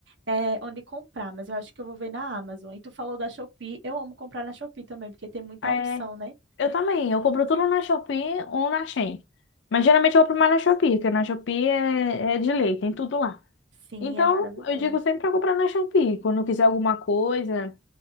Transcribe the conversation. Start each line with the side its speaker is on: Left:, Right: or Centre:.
Right: é, onde comprar, mas eu acho que eu vou ver na Amazon. E tu falou da Shopee, eu amo comprar na Shopee também, porque tem muita
Left: É,
Right: opção, né?
Left: eu também. Eu compro tudo na Shopee ou na Shein. Mas geralmente eu compro mais na Shopee, porque na Shopee é, é de lei, tem tudo lá.
Right: Sim,
Left: Então,
Right: é maravilhoso.
Left: eu digo sempre pra comprar na Shopee, quando eu quiser alguma coisa,